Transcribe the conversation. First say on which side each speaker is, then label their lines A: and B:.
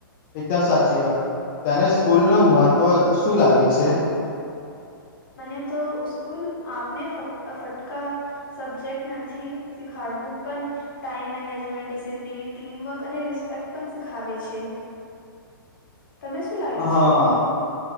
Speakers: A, on the left; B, on the left.
A: એકદમ સાચી વાત તને સ્કૂલ નું મહત્ત્વ શું લાગે છે?
B: મને તો સ્કૂલ આપને ફટ ફટકા સબ્જેક્ટ નથી શીખાડવું પણ ટાઈમ મેનેજમેન્ટ ડિસિપ્લીન ટીમવર્ક અને રિસ્પેક્ટ પણ શીખાવે છે. તમે શું લાગે
A: હ હા
B: છે